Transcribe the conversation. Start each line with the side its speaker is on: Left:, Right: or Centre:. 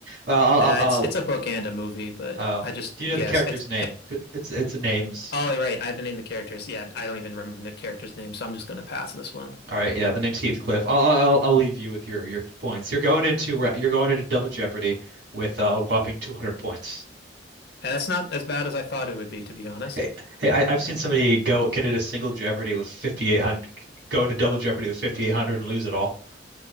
Right: Well, I'll,
Left: Uh,
Right: I'll, I'll,
Left: it's it's a book and a movie, but
Right: oh,
Left: I just
Right: do you know
Left: guessed.
Right: the character's
Left: It's
Right: name?
Left: I,
Right: It's it's names.
Left: oh right, I've named the characters. Yeah, I don't even remember the character's name, so I'm just gonna pass this one.
Right: All right, yeah, the name's Heathcliff. I'll I'll I'll leave you with your your points. You're going into ra- you're going into Double Jeopardy with uh, a whopping 200 points.
Left: And that's not as bad as I thought it would be, to be honest.
Right: Hey, hey, I, I've seen somebody go get into single Jeopardy with 5,800, go into Double Jeopardy with 5,800 and lose it all.